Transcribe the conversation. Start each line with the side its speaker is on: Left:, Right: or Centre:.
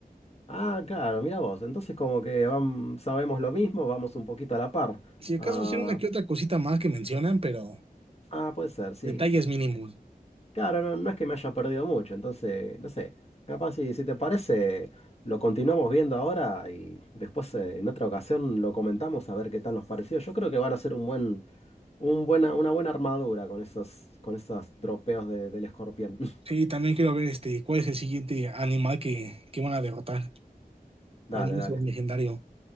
Left: Ah, claro, mira vos. Entonces como que vam- sabemos lo mismo, vamos un poquito a la par.
Right: Si acaso
Left: Ah,
Right: sí una que otra cosita más que mencionan, pero
Left: ah, puede ser, sí.
Right: detalles mínimos.
Left: Claro, no, no es que me haya perdido mucho, entonces, no sé, capaz si, si te parece, lo continuamos viendo ahora y después eh, en otra ocasión lo comentamos a ver qué tal nos pareció. Yo creo que van a ser un buen, un buena, una buena armadura con esos, con esos dropeos de- del escorpión. <laughs>
Right: Sí, también quiero ver este, cuál es el siguiente animal que, que van a derrotar
Left: Dale,
Right: al monstruo
Left: dale.
Right: legendario.